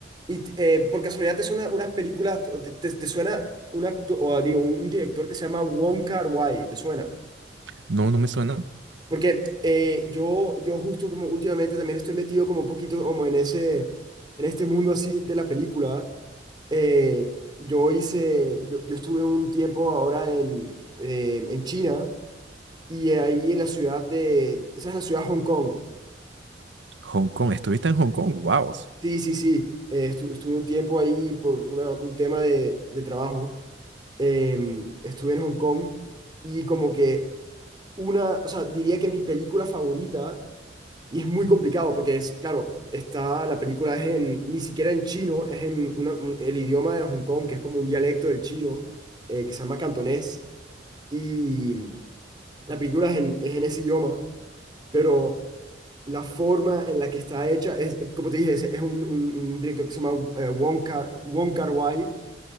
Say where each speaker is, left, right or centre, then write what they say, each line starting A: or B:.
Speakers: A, on the right; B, on the right.
A: Y eh, por casualidad te suena unas películas, te, te- te suena un acto- o digo, un director que se llama Wong Kar-wai, ¿te suena?
B: No, no me suena.
A: Porque eh, yo, yo justo como últimamente también estoy metido como un poquito como en ese, en este mundo así de la película. Eh, yo hice, yo, yo estuve un tiempo ahora en, eh, en China y ahí en la ciudad de, esa es la ciudad de Hong Kong.
B: Hong Kong. ¿Estuviste en Hong Kong? Wow.
A: Sí, sí, sí. Eh, estu- estuve un tiempo ahí por una- un tema de, de trabajo. em, estuve en Hong Kong y como que una, o sea, diría que mi película favorita, y es muy complicado porque es, claro, está, la película es en, ni siquiera en chino, es en una- un- el idioma de Hong Kong, que es como un dialecto del chino, eh, que se llama cantonés, y mm, la película es en, es en ese idioma, pero la forma en la que está hecha es, como te dije, es, es un, un- un director que se llama eh, Wong Kar, Wong Kar-wai,